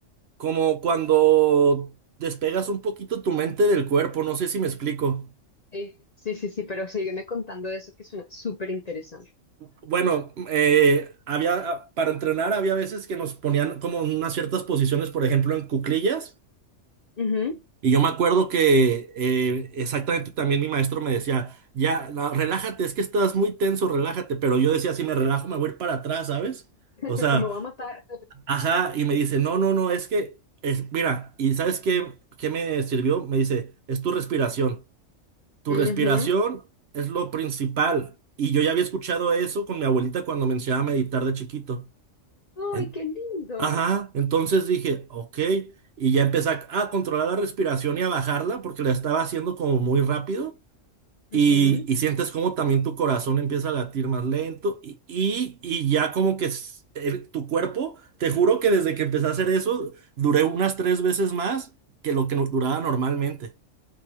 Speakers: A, on the right (about 60°); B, on the left (about 40°).
A: Como cuando despegas un poquito tu mente del cuerpo, no sé si me explico.
B: Sí, sí, sí, sí, pero sígueme contando de eso que suena súper interesante.
A: Bueno, eh, había, para entrenar había veces que nos ponían como en unas ciertas posiciones, por ejemplo, en cuclillas.
B: Ujú.
A: Y yo me acuerdo que eh, exactamente también mi maestro me decía, ya, la- relájate, es que estás muy tenso, relájate. Pero yo decía, si me relajo, me voy a ir para atrás, ¿sabes?
B: <laughs>
A: O sea,
B: Me va a matar.
A: ajá, y me dice, no, no, no, es que, es, mira, ¿y sabes qué, qué me sirvió? Me dice, es tu respiración. Tu
B: Ujú.
A: respiración es lo principal. Y yo ya había escuchado eso con mi abuelita cuando me enseñaba a meditar de chiquito. En-
B: Ay, qué lindo.
A: ajá, entonces dije, ok. Y ya empecé a, a controlar la respiración y a bajarla porque la estaba haciendo como muy rápido. Y,
B: Ujú.
A: y sientes como también tu corazón empieza a latir más lento. Y, y, y ya como que s- el- tu cuerpo, te juro que desde que empecé a hacer eso, duré unas tres veces más que lo que no- duraba normalmente.